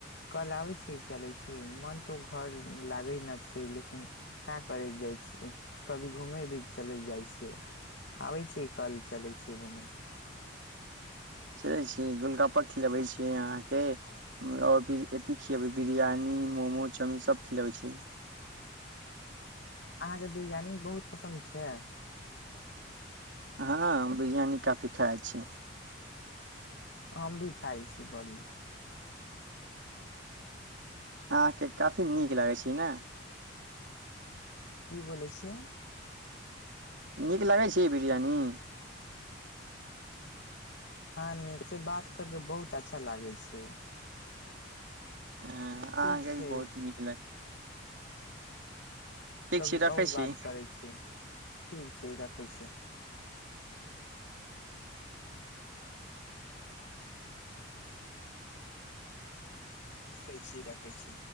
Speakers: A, on the left; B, on the right.
A: कल आबै छी चलै छै मन तऽ घर लागै न छै लेकिन का करैत जाइ छी कभी घूमे भी चलैत जाइ छै आबै छी कल चलै छीये घूमे
B: चलै छी गोलगप्पा खिलबै छी अहाँके ओर फिर अथी खिलबै बिरियानी मोमोज चाउमीन सभ खिलबै छी
A: अहाँके बिरयानी बहुत पसन्द छै
B: हँ बिरियानी काफी खाइ छी
A: हम भी खाइ छी बड़ि
B: आहा के काफी नीक लागै छि ना
A: की बोले छिये
B: नीक लगे छि बिरयानी
A: हँ नीक से बात कर कऽ बहुत अच्छा लागै छै
B: ह अहाँके
A: ठीक छै
B: भी बहुत नीक लागै
A: कभी
B: छी रखै
A: और
B: छी
A: बात करै छीयै ठीक छी रखै छियै रखै छी रखै छी